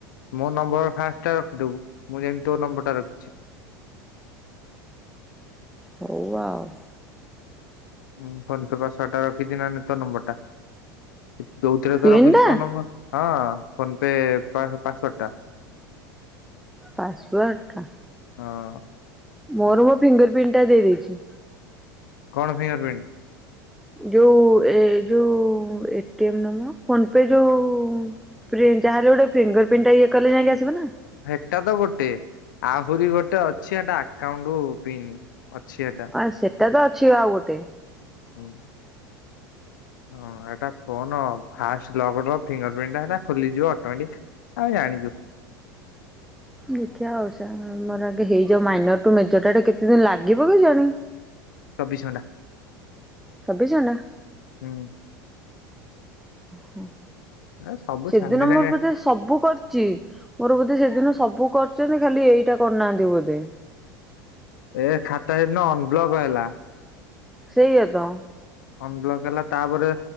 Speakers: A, on the left; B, in the centre.
A: ମୋ ନମ୍ବର ଫାଷ୍ଟ ଟା ରଖିଦବୁ, ମୁଁ ଯେମିତି ତୋ ନମ୍ବର ଟା ର
B: ହେୟା ଆଉ।
A: ଉଁ ଫୋନ୍ ପେ ପାସୱର୍ଡଟା ରଖିଛି ନା ତୋ ନମ୍ବର ଟା ଯୋଉଥିରେ
B: ପିନ୍
A: ତ ରଖୁଛି
B: ଟା
A: ତୋ ନମ୍ବର। ହଁ ଫୋନ୍ ପେ ପାସୱାର୍ଡଟା।
B: ପାସୱାର୍ଡଟା।
A: ହଁ।
B: ମୋର ମୋ ଫିଙ୍ଗର୍ ପ୍ରିଣ୍ଟି ଦେଇଦେଇଛି।
A: କଣ ଫିଙ୍ଗର୍ ପ୍ରିଣ୍ଟି?
B: ଯୋଉ ଏ ଯୋଉ ଏଟି ଏମ୍ ମ ଫୋନ୍ ପେ ଯୋଉ ପ୍ରିଣ୍ଟି ଯାହାଲେ ଗୋଟେ ଫିଙ୍ଗର୍ ପ୍ରିଣ୍ଟି ଟା ଇଏ କଲେ ଯାଇକି ଆସିବ ନା।
A: ଏଟା ତ ଗୋଟେ ଆହୁରି ଗୋଟେ ଅଛି ଏଟା ଆକାଉଣ୍ଟ ପିନ୍‌ ଅଛି ହେଟା।
B: ଆଉ ସେଟା ତ ଅଛି ଆଉ ଗୋଟେ।
A: ହୁଁ। ହଁ ଏଟା ଫୋନ୍ ଫାଷ୍ଟ ଲକ୍ ର ଫିଙ୍ଗର୍ ପ୍ରିଣ୍ଟି ହେଟା ଖୋଲିଯିବ ଅଟୋମେଟିକ୍। ଆମେ ଜାଣିଚୁ।
B: ଦେଖିବା ଆଉ ଆମର ଆଗେ ହେଇଯାଉ ମାଇନର୍ ଟୁ ମେଜର୍ ଟା ଏଠି କେତେ ଦିନ ଲାଗିବ କେଜାଣି।
A: ଚବିଶି ଘଣ୍ଟା।
B: ଛବିଶି ଘଣ୍ଟା
A: ହୁଁ
B: ଉହୁଁ।
A: ଏ ସବୁ
B: ସେଦିନ
A: ସାଙ୍ଗେ ସାଙ୍ଗେ
B: ମୋର ପଛେ ସବୁ କରି ମୋର ବୋଧେ ସେଦିନ ସବୁ କରିଛନ୍ତି ଖାଲି ଏଇଟା କରିନାହାନ୍ତି ବୋଧେ।
A: ଏ ଖାତା ସେଦିନ ଅନବ୍ଲକ ହେଲା।
B: ସେଇଆ ତ।
A: ଅନବ୍ଲକ ହେଲା ତାପରେ